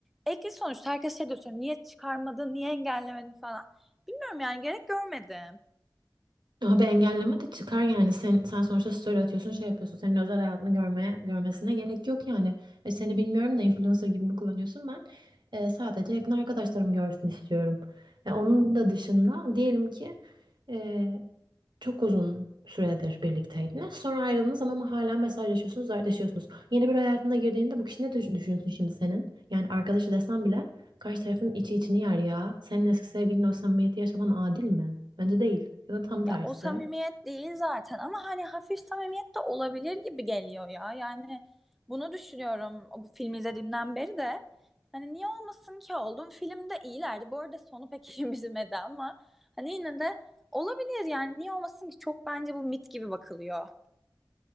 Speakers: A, in the centre; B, on the right.
A: ekli sonuçta herkes şey diyor sonra niye çıkarmadın niye engellemedin falan. Bilmiyorum yani gerek görmedim.
B: Abi engelleme de çıkar yani. Sen, sen sonuçta story atıyorsun, şey yapıyorsun. Senin özel hayatını görmeye, görmesine gerek yok yani. E, seni bilmiyorum da influencer gibi mi kullanıyorsun ben? e, sadece yakın arkadaşlarım görsün istiyorum. E, onun da dışında diyelim ki e, çok uzun süredir birlikteydiniz. Sonra ayrıldınız ama hala mesajlaşıyorsunuz, dertleşiyorsunuz. Yeni bir hayatına girdiğinde bu kişi ne düşün- düşünüyorsun şimdi senin? Yani arkadaşı desen bile karşı tarafın içi içini yer ya. Senin eski sevgilinin o samimiyeti yaşaman adil mi? Bence değil. Ya da tam
A: Ya
B: tersi.
A: o samimiyet değil zaten ama hani hafif samimiyet de olabilir gibi geliyor ya. Yani bunu düşünüyorum bu filmi izlediğimden beri de. Hani niye olmasın ki oldum. Film de iyilerdi. Bu arada sonu pek <laughs> işimize yemedi ama hani yine de olabilir yani niye olmasın ki çok bence bu mit gibi bakılıyor.